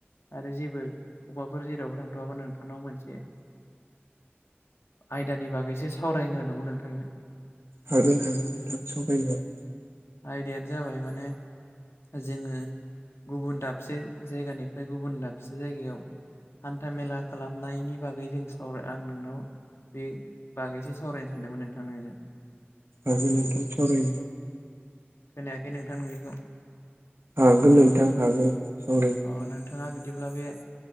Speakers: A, on the left (about 75°); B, on the right (about 70°).
A: आरो जेबो अबावबाफोर जेरावबो थांथ'वाबा नोंथांनाव मोनसे आयदानि बागैसो सावरायगोनां दंमोन नोंथांजों
B: हागोन हागोन नोंथां सावरायनो
A: आयदायानो जाबाय माने जोङो गुबुन दाबसे जायगानिफ्राय गुबुन दाबसे जायगायाव हान्था मेला खालामनायनि बागै जों सावराय आं नोंनाव बे बागैसो सावरायनो सानदोंमोन नोंथां नोंजों
B: अ दे नोंथां सावराय
A: खोनायाखै नोंथां नोंनिखौ
B: हागोन नोंथां हागोन सावराय
A: अ नोंथाङा बिदिब्ला बे